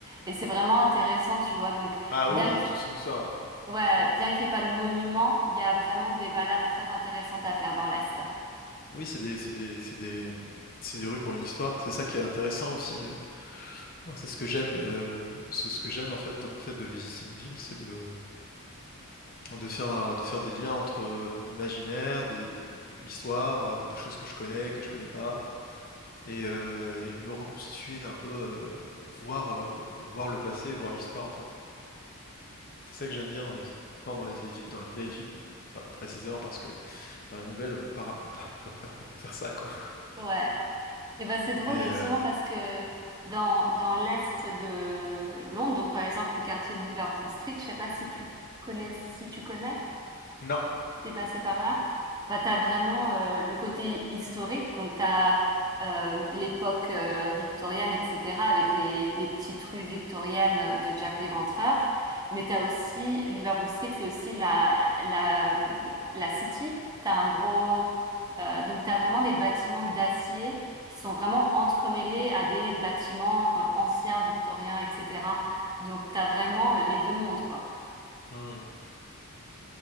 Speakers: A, on the right (about 15°); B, on the left (about 40°).
A: et c'est vraiment intéressant, tu vois, donc
B: Ah
A: bien
B: oui, il y a toute une histoire.
A: Ouais, bien qu'il n'y ait pas de monument, il y a vraiment des balades très intéressantes à faire dans l'Est.
B: Oui, c'est des, c'est des, c'est des, c'est des rues qui ont une histoire. C'est ça qui est intéressant aussi. euh, Moi, c'est ce que j'aime, euh, c'est ce que j'aime en fait dans le fait de visiter une ville, c'est de, de faire, de faire des liens entre euh, mon imaginaire, des, des- euh, l'histoire, euh, des choses que je connais, que je connais pas, et, euh, et de me reconstituer un peu, euh, voir, euh, voir le passé, voir l'histoire en fait. C'est ça que j'aime bien dans les villes, enfin dans les vieilles, vi- dans les vieilles villes, euh, pas précisément parce que dans les nouvelles, on peut pas, on peut pas, <laughs> on peut pas faire, on peut pas faire ça quoi.
A: Ouais. Et ben c'est drôle
B: Mais
A: justement
B: euh,
A: parce que dans, dans l'Est de Londres, donc par exemple le quartier de Liverpool Street, je sais pas si tu connais, si tu connais.
B: non,
A: t'es passé par là, bah t'as vraiment euh, le côté historique, donc t'as euh, l'époque euh, victorienne, etc., avec les, les petites rues victoriennes de Jack l'Éventreur, mais t'as aussi Liverpool Street, c'est aussi la la hum, la City, t'as un gros euh, donc t'as vraiment des bâtiments d'acier qui sont vraiment entremêlés à des bâtiments euh, anciens victoriens, etc. Donc t'as vraiment les deux mondes, quoi.
B: Hmm.